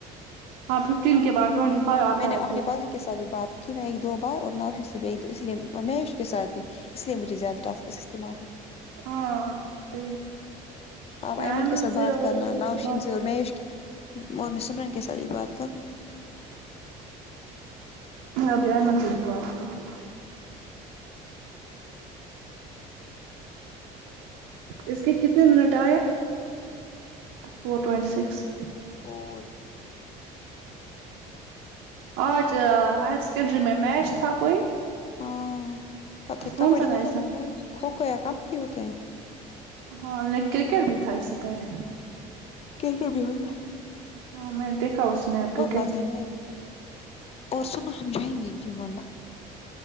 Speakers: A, on the right; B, on the left.
A: ہاں ففٹین کے بعد ٹوینٹی فائیو آتا
B: میں نے
A: ہے
B: اپنے
A: پھر
B: کزن کے ساتھ بھی بات کی نہ ایک دو بار اور نہ اشن سے بھی ایک دو اس لیے اور میوش کے ساتھ بھی اس لیے مجھے زیادہ ٹسکس استعمال ہو
A: ہاں صحیح
B: آپ
A: میں
B: ایمن
A: ایئمن
B: کے ساتھ بات
A: سے اور
B: کرنا
A: آپ
B: نوشین
A: بات
B: سے اور
A: کرتی
B: میش اور میں سمرن کے ساتھ ہی بات کروں گی
A: میں بھی ایمن سے بھی بات کروں گی اس کے کتنے منٹ آئے فور ٹوینٹی سکس
B: فور
A: آج ہائر سیکنڈری میں میچ تھا کوئی
B: ہاں پتا
A: کون
B: کبڈی
A: سا میچ
B: ہوتا ہے
A: تھا
B: نا شاید کھوکھو یا کبڈی ہوتے ہیں
A: ہاں لیکن کرکٹ بھی تھا اس سے پہلے
B: کرکٹ بھی ہو گیا
A: ہاں میں دیکھا اس نے آپ کرکٹ
B: مزہ
A: تھا
B: ہے میں اور سنو ہم جائیں گے جی مالا